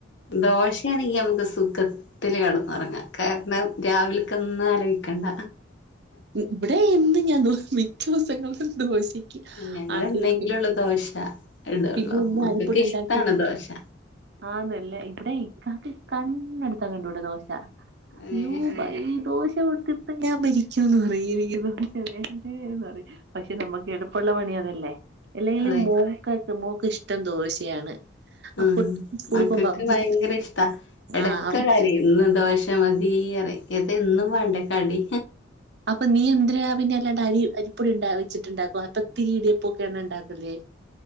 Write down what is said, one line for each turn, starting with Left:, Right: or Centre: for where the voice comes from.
Left: ദോശയാണെങ്കി നമുക്ക് സുഖത്തില് കെടന്നുറങ്ങാ. കാരണം രാവിൽക്കന്ന് ആലോയ്ക്കണ്ട
Right: ഇവടെ എന്നു ഞാ ദോ മിക്കൂസങ്ങൾലും ദോശക്ക്
Left: ഞങ്ങള്
Right: ആട്ടി
Left: എന്നെങ്കിലുള്ളൂ
Right: വെക്കുന്നു
Left: ദോശ ഇടുള്ളൂ
Right: പിന്നെന്നെ
Left: മക്കൾക്ക്
Right: അടിപ്പൊടി
Left: ഇഷ്ടാണ്
Right: ഉണ്ടാക്കീട്ട്
Left: ദോശ
Right: ആന്നല്ലേ ഇവടെ കാക്ക് കണ്ണെട്ത്ത കണ്ടൂട ദോശ
Left: ഏഹ്
Right: യൊ പയീ ദോശ കൊൺ ഞാൻ മരിക്കൂന്ന് പറയും ദോശ വേണ്ടെന്നു പറയും പക്ഷെ നമ്മക്ക് എടപ്പുള്ള പണി അതല്ലേ എല്ലെലും
Left: അതെ
Right: മോക്ക് മോക്ക് ഇഷ്ടം ദോശയാണ്
Left: മ്
Right: അപ്പൊ സ്കൂളിൽ
Left: മക്കക്ക്
Right: പോകുമ്പോ അവർക്ക്
Left: ഭയങ്കര ഇഷ്ടാ ഇടക്ക്
Right: ആഹ് അവർക്ക്
Left: കര്യും ഇന്ന് ദോശ മത് തീറ്യം എതെന്നും വേണ്ടേ കടി
Right: പ്പൊ നീ എന്ത്രരയാ പിന്നെല്ലാണ്ട് അരി അരിപ്പൊടി ണ്ട വെച്ചിട്ടുണ്ടാക്കോ പ്പൊ പത്തിരി ഇടിയപ്പൊക്കെയാണോ ഉണ്ടാക്കല്?